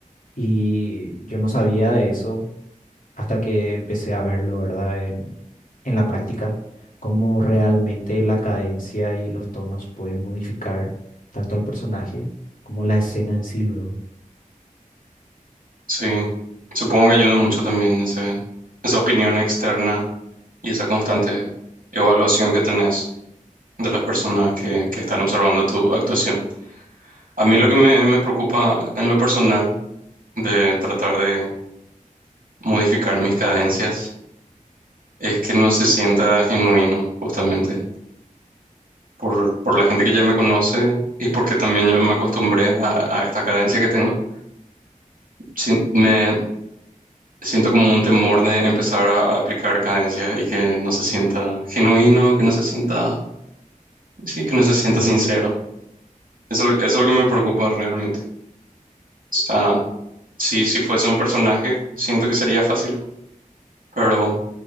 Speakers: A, on the left (about 70°); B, on the right (about 80°).
A: y yo no sabía de eso hasta que empecé a verlo, ¿verdad? En, en la práctica, cómo realmente la cadencia y los tonos pueden modificar tanto al personaje como la escena en sí luego.
B: sí, supongo que ayuda mucho también ese, esa opinión externa y esa constante evaluación que tenés de las personas que, que están observando tu actuación. A mí lo
A: Mm,
B: que me, me preocupa en lo personal de tratar de modificar mis cadencias es que no se sienta genuino, justamente. por, por la gente que ya me conoce y porque también yo me acostumbré a, a esta cadencia que tengo. Si- me siento como un temor de empezar a, aplicar cadencias y que no se sienta genuino, que no se sienta, sí, que no se sienta
A: mm.
B: sincero. Eso, es lo- eso es lo que me preocupa realmente. O sea, si, si fuese un personaje, siento que sería fácil, pero